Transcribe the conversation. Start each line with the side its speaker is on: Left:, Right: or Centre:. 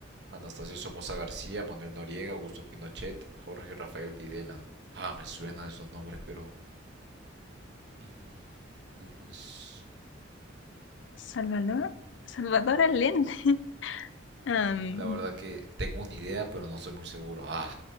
Right: Anastasio Somoza García, Manuel Noriega, Augusto Pinochet, Jorge Rafael Videla. Ah, me suenan esos nombres, pero mm, no me su-
Left: Salvador, Salvador Allende. Am,
Right: La verdad que tengo una idea, pero no soy muy seguro. Ah,